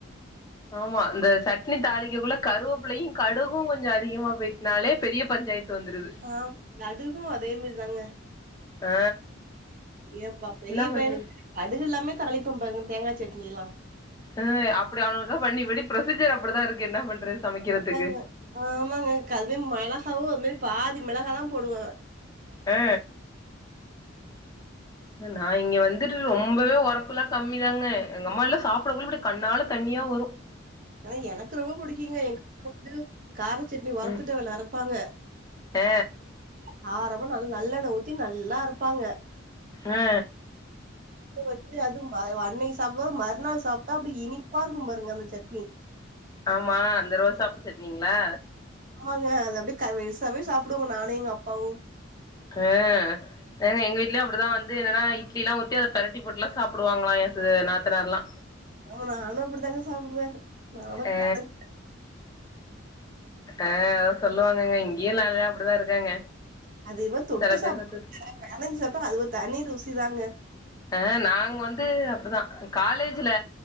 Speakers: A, on the left (about 20°); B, on the right (about 45°).
A: ஆமா இந்த சட்னி தாளிக்கக்குள்ள கருவேப்புல்லயு கடுகு கொஞ்ச அதிகமா போய்ட்டனாலே பெரிய பஞ்சாயத்து வந்துடுது
B: ஆமா கடுகு அதே மேரி தாங்க
A: ஆ
B: ஏப்பா பெரிய
A: என்ன பண்றது
B: பையனுக்கு கடுகு இல்லாமே தாளிப்பே பாருங்க தேங்கா சட்னில்லா
A: ஆ அப்டி அவனுகளுக்கா பண்ணி படி ப்ரொசீஜர் அப்டி தாருக்கு என்ன பண்றது சமைக்கிறதுக்கு
B: அதாங்க ஆமாங்க கது மெளகாவு அது மாரி பாதி மெளகா தா போடுவே
A: ஆ நா இங்கே வந்துட்டு ரொம்பவே ஒரப்புல்லா கம்மி தாங்க எங்கம்மால்ல சாப்றக்குள்ள இப்டி கண்ணால தண்ணியாவரு
B: ஆ எனக்கு ரொம்ப புடிக்குங்க எங்கம்மா வந்து கார சட்னி ஒரப்பு
A: ம்
B: தொவையல் அரப்பாங்க
A: ஆ
B: காரமா நல் நல்லெண்ண ஊத்தி நல்லா அரப்பாங்க
A: ஆ
B: வச்சு அது ம அன்னக்கி சாப்ப மற்நாள் சாப்ட்டா அப்டி இனிப்பாருக்கு பாருங்க அந்த சட்னி
A: ஆமா அந்த ரோசாப்பூ சட்னிங்ளா
B: ஆமாங்க அது அப்டியே க வெர்ஸாவே சாப்டுவோங்க நானு எங்க அப்பாவு
A: எ ஏங்க எங்க வீட்லயு அப்டிதா வந்து என்னன்னா இட்லில்லா ஊத்தி அது பெறட்டி போட்டுலா சாப்புடுவாங்களா ஏ ஸு நாத்தனார்லா
B: ஆமா நானு அப்டித்தாங்க சாப்புடுவே நானு
A: ஆ
B: பெனஞ்
A: அ சொல்லுவாங்கங்க இங்கியு நறயா அப்டிதா இருக்காங்க
B: அதைவ தொட்டு
A: செல பேரு
B: சாப்பட்ற
A: கத்துது
B: விட பெனஞ் சாப்ட்டா அது ஒரு தனி ருசிதாங்க
A: அ நாங் வந்து அப்டிதா காலேஜ்ல